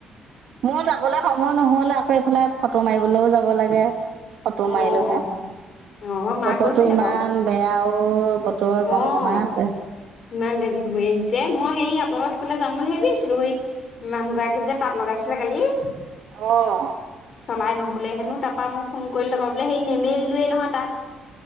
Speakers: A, on the right; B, on the left.
A: মোৰ যাবলে সময় নহ'ল। আকৌ এইফালে ফটো মাৰিবলো যাব লাগে। ফটো
B: অ
A: মাৰিলো গে।
B: অ অ আমাৰ মা
A: বতৰটো
B: গৈছিলে
A: ইমান
B: বাৰু
A: বেয়া ও। অ। বতৰে গম-গমাই
B: অ
A: আছে।
B: ইমান গাজি ঘূৰি আহিছে, মই সেই আপোনালোকৰ সেইফালে যাম বুলি ভাবিছিলো, সেই মানুহগৰাকী যে তাত লগাইছিলে কালি।
A: অহ।
B: চলাই নহ'লে হেনো তাত। তা, মই ফোন কৰিলে ত বোলে সেই নেমেলিলোয়ে নহয়। তাত